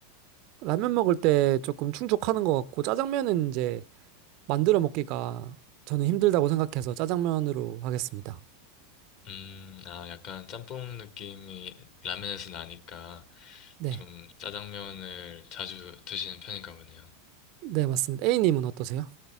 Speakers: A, on the right (about 45°); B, on the left (about 45°).
A: 라면 먹을 때 조금 충족하는 것 같고 짜장면은 이제 만들어 먹기가 저는 힘들다고 생각해서 짜장면으로 하겠습니다.
B: 음, 아, 약간 짬뽕 느낌이 라면에서 나니까
A: 네.
B: 좀 짜장면을 자주 드시는 편인가 보네요.
A: 네, 맞습니다. A님은 어떠세요?